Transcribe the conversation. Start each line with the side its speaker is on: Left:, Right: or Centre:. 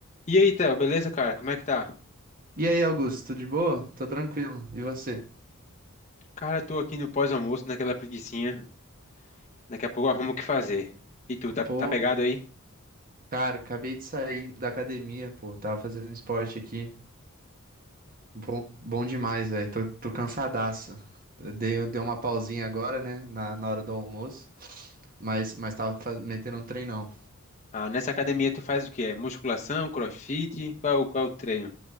Left: E aí, Theo, beleza, cara? Como é que tá?
Right: E aí, Augusto, tudo de boa? Tô tranquilo. E você?
Left: Cara, eu tô aqui no pós-almoço, naquela preguicinha. Daqui a pouco eu arrumo o que fazer. E tu, tá,
Right: Pô,
Left: tá pegado aí?
Right: cara, acabei de sair da academia, pô. Tava fazendo esporte aqui. Bom, bom demais, velho. Tô, tô cansadaço. Dei, dei uma pausinha agora, né? Na, na hora do almoço. Mas, mas tava fa- metendo um treinão.
Left: Ah, nessa academia tu faz o quê? É musculação, crossfit? Qual, é o- qual é o treino?